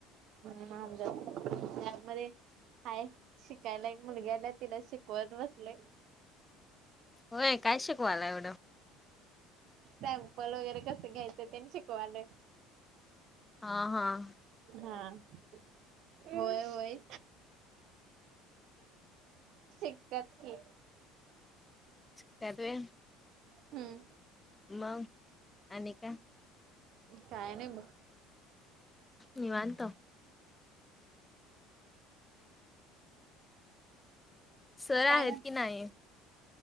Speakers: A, on the right (about 60°); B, on the left (about 15°).
A: हम आमच्या लॅब मधे हाय शिकायला एक मुलगी आल्या तिला शिकवत बसलोय.
B: होय काय शिकवालाय एवढं?
A: सॅम्पल वगैरे कसं घ्यायचं तेन शिकवालोय.
B: हां हां.
A: हा होय होय. शिकत्यात की.
B: शिकत्यात व्हय.
A: हम्म
B: मग आणि काय?
A: काय नाही बघ.
B: निवांत सर आहेत
A: काय
B: की नाही.